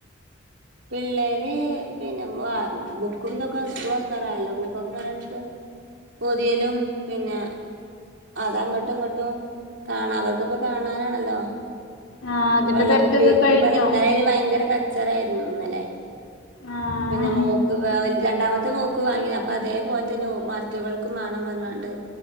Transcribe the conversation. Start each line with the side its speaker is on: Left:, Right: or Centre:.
Right: പിള്ളേര് പിന്നെ ബുക്കുംന്തൊക്കെ സ്കൂള് തോറക്കാറായല്ലോ ബുക്കൊക്കെ പറഞ്ഞടുത്ത് പൊതിയലും പിന്നെ അതങ്ങോട്ടും ഇങ്ങോട്ടും കാണാ അവർക്കൊക്കെ കാണാനാണല്ലോ
Left: ആഹ് അതിന്റെ
Right: വെള്ളക്കൊപ്പി
Left: തിരക്കൊക്കെ
Right: <unintelligible>
Left: കഴിഞ്ഞോ
Right: അയിന് ഭയങ്കര <unintelligible> ഇന്നല്ലെ
Left: ആഹ്
Right: പിന്ന മോക്ക് രണ്ടാമത്തെ മോക്ക് വാങ്ങിയ അപ്പൊ അതേപോലെ തന്നെ മാറ്റവൾക്കും മേണന്ന് പറഞ്ഞാണ്ട്